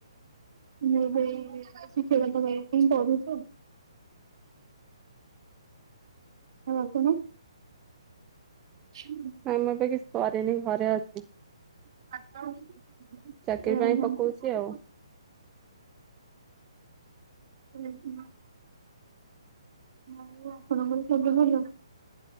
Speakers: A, on the right (about 50°); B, on the right (about 15°).
A: ମୁଁ ଏବେ ଏଇ <unintelligible> ପାଇଁ ପଢୁଛି ଆଉ। ଆଉ ଆପଣ ଛୁଁ?
B: ନାଇଁ ମୁଁ ଏବେ କିଛି କରେନି ଘରେ ଅଛି।
A: <unintelligible> ହୁଁ
B: ଚାକିରି ପାଇଁ ପକଉଛି
A: ହୁଁ।
B: ଆଉ
A: ଓ ହଁ। ଆଉ ଆପଣଙ୍କର ସବୁ ଭଲ?